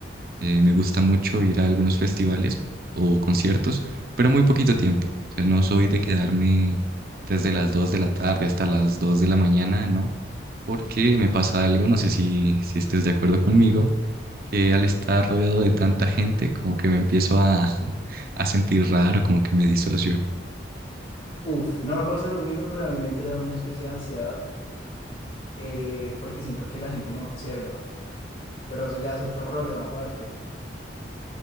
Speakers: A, on the right; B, on the left.
A: Eh, me gusta mucho ir a algunos festivales o conciertos, pero muy poquito tiempo. O sea, no soy de quedarme desde
B: Dolió.
A: las 2 de la tarde hasta las 2 de la mañana, ¿no? Porque me pasa algo, no sé si, si estés de acuerdo conmigo, que al estar rodeado de tanta gente, como que me empiezo a, <laughs> a sentir raro, como que me disocio.
B: Uf, no me pasa lo mismo, pero a mí me entra una especie de ansiedad eh, porque siento que la gente me observa, pero eso ya es otro problema aparte.